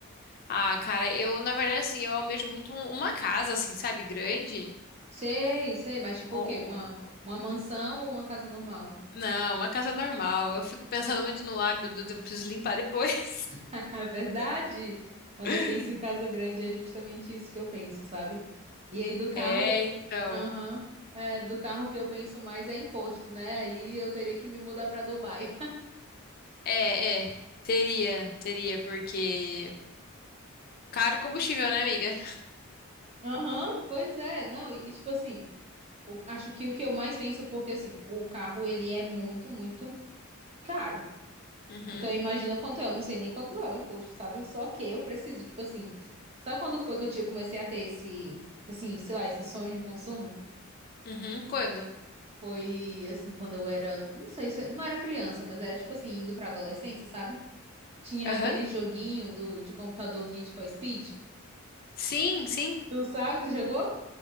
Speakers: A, on the left (about 45°); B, on the right (about 30°).
A: Ah, cara, eu, na verdade, assim, eu almejo muito um- uma casa, assim, sabe, grande.
B: Sei, sei, mas tipo
A: Oh.
B: o quê? Uma, uma mansão ou uma casa normal?
A: Não, uma casa normal. Eu fico pensando muito no, ah, meu Deus, eu preciso limpar depois.
B: <laughs> É verdade. Quando
A: <laughs>
B: eu penso em casa grande, é justamente isso que eu penso, sabe? E aí do carro,
A: É, então.
B: aham, é, do carro que eu penso mais é imposto, né? Aí eu teria que me mudar pra Dubai.
A: É, é. Teria, teria, porque.
B: <laughs>
A: Caro combustível, né, amiga?
B: Aham, pois é, não, e, e tipo assim, o- acho que o que eu mais penso, porque assim, o carro ele é muito, muito caro.
A: Uhum,
B: Então imagina quanto é, eu não sei nem quanto é o imposto, sabe? Só que eu preciso, tipo assim, sabe quando foi que eu tinha, comecei a ter esse, assim, sei lá, esse sonho de consumo?
A: uhum. Quando?
B: Foi assim, quando eu era, não sei, se- não era criança, mas era tipo assim, indo pra adolescência, sabe? Tinha
A: Aham.
B: aquele joguinho do, de computador Need for Speed.
A: Sim, sim.
B: Tu sabe, tu jogou?